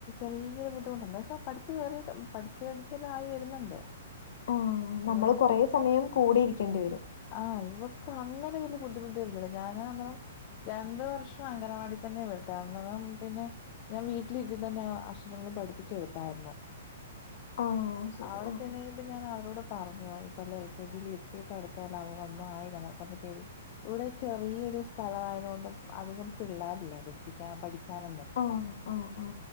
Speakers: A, on the left (about 40°); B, on the left (about 60°).
A: ചെറിയ ബുദ്ധിമുട്ടുണ്ട് പക്ഷെ പഠിച്ച് കേറിട്ട് പഠിച്ച്ചടിച്ചെല്ലായി വരുന്നുണ്ട്
B: ഉം നമ്മള്
A: ഇവിടെ
B: കുറേ സമയം കൂടെ ഇരിക്കേണ്ടി വരും
A: ആഹ് ഇവക്ക് അങ്ങനെ വല്യ ബുദ്ധിമുട്ട് വരുന്നില്ല ഞാൻന്ന് രണ്ട് വർഷം അംഗനവാടി തന്നെയെ വിട്ടേ അന്നേരം പിന്നെ ഞാൻ വീട്ടിലിരുത്തി തന്നെ അക്ഷരങ്ങള് പഠിപ്പിച് കൊടുത്തായിരുന്നു
B: ആ ശരി
A: അവിടെ
B: ആ
A: ചെന്ന് കയുമ്പ ഞാൻ അവരോട് പറഞ്ഞു ഈ കൊല്ലം എൽ കെ ജിയി ഇരുത്തിയിട്ട് അടുത്തോല്ല അവൊന്നും ആയില്ല എന്നറഞ് പേടി ഇവിടെ ചെറിയൊരു സ്ഥലവാതുകൊണ്ടും അധികം പിള്ളേരില്ല പഠിപ്പിക്കാൻ പഠിക്കാനൊന്നും
B: ഓഹ് ഓഹ് ഓഹ്